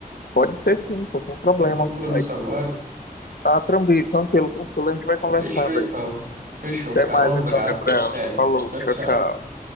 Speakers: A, on the left; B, on the right.
A: Pode ser sim, pô, sem problema.
B: Tenho um compromisso
A: Aí
B: agora.
A: tá tranquilo, tranquilo, tranquilo, a gente vai conversando
B: Fechou, então.
A: aí.
B: Fechou,
A: Até
B: cara.
A: mais
B: Um
A: então,
B: abraço.
A: Gabriel.
B: Até.
A: Falou,
B: Tchau,
A: tchau,
B: tchau.
A: tchau.